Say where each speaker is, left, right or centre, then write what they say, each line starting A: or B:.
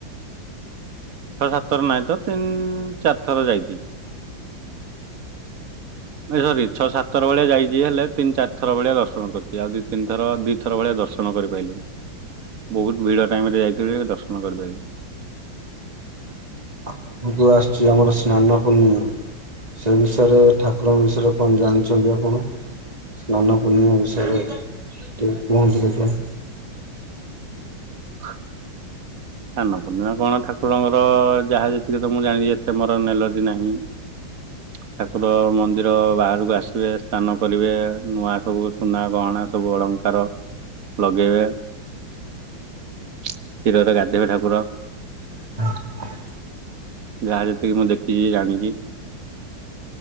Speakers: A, on the right; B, on the right.
A: ଛଅ ସାତ ଥର ନାହିଁ ତ ତିନି ଚାରି ଥର ଯାଇଛି। ଏଇ ସରି ଛଅ ସାତ ଥର ଭଳିଆ ଯାଇଛି ହେଲେ ତିନି ଚାର ଥର ଭଳିଆ ଦର୍ଶନ କରିଛି ଆଉ ଦିଇ ତିନିଥର ଦି ଏଥର ଭଳିଆ ଦର୍ଶନ କରିପାରିଲିନି ବହୁତ ଭିଡ଼ ଟାଇମିରେ ଯାଇଥିଲି ଯେ ଦର୍ଶନ କରିପାରିଲିନି।
B: ଆଗକୁ ଆସୁଛି ଆମର ସ୍ନାନ ପୂର୍ଣ୍ଣିମା। ସେ ବିଷୟରେ ଠାକୁରଙ୍କ ବିଷୟରେ କଣ ଜାଣିଛନ୍ତି ଆପଣ? ସ୍ନାନ ପୂର୍ଣ୍ଣିମା ବିଷୟରେ ଟିକେ କୁହନ୍ତୁ ଦେଖିଆ।
A: ହଁ। <unintelligible> ସ୍ନାନ ପୂର୍ଣ୍ଣିମା କଣ ଠାକୁରଙ୍କର ଯାହା ଯେତିକି ତ ମୁଁ ଜାଣିଛି ଏତେ ମୋର ନେଲଜି ନାହିଁ। <unintelligible> ଠାକୁର ମନ୍ଦିର ବାହାରକୁ ଆସିବେ ସ୍ନାନ କରିବେ ନୂଆ ସବୁ ସୁନା ଗହଣା ସବୁ ଅଳଙ୍କାର ତାର ଲଗେଇବେ କ୍ଷୀରରେ ଗାଧ ଦେବେ ଠାକୁର
B: ହଁ।
A: ଯାହା ଯେତିକି ମୁଁ ଦେଖିଛି ଜାଣିଛି।